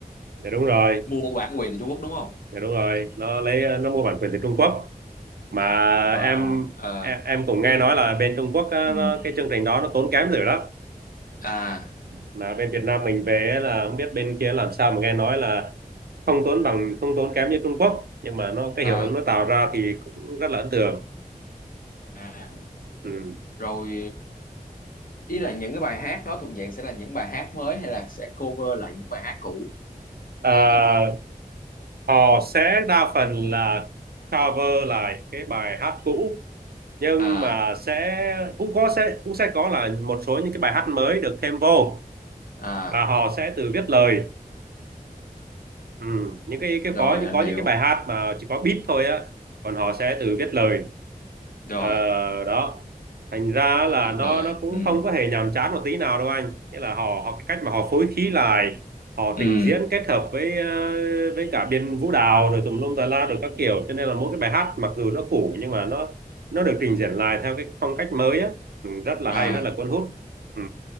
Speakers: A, on the right; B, on the left.
A: dạ đúng rồi
B: mua bản quyền từ Trung Quốc đúng không
A: Dạ đúng rồi, nó lấy ờ, nó mua bản quyền từ Trung Quốc mà
B: và
A: em
B: ờ
A: em, em cũng
B: tiếp
A: nghe nói là bên Trung Quốc á,
B: ừ
A: nó, cái chương trình đó nó tốn kém dữ lắm.
B: à
A: Mà bên Việt Nam mình về ấy là không biết bên kia làm sao mà nghe nói là không tốn bằng không tốn kém như Trung Quốc nhưng mà nó cái
B: à
A: hiệu ứng nó tạo ra thì cũng rất là ấn tượng.
B: à
A: Ừ.
B: rồi ý là những cái bài hát đó thuộc dạng sẽ là những bài hát mới hay là sẽ cover lại những bài hát cũ
A: Ờ, họ sẽ đa phần là cover lại cái bài hát cũ nhưng
B: à
A: mà sẽ cũng có sẽ cũng sẽ có là một số những cái bài hát mới được thêm vô
B: à
A: và họ sẽ tự viết lời Ừ, những cái cái
B: rồi
A: có những
B: anh
A: có
B: hiểu
A: những cái bài hát mà chỉ có beat thôi á còn họ sẽ tự viết lời
B: rồi
A: Ờ, đó thành ra
B: tự
A: là
B: viết
A: nó
B: lời
A: nó cũng
B: ừ
A: không có hề nhàm chán một tí nào đâu anh nghĩa là họ họ cái cách mà họ phối khí lại họ
B: ừ
A: trình diễn kết hợp với ờ, với cả biên vũ đạo rồi tùm lum tà la rồi các kiểu cho nên là mỗi cái bài hát mặc dù nó cũ nhưng mà nó nó được trình diễn lại theo cái phong cách mới á ừ, rất là
B: à
A: hay rất là cuốn hút ừ,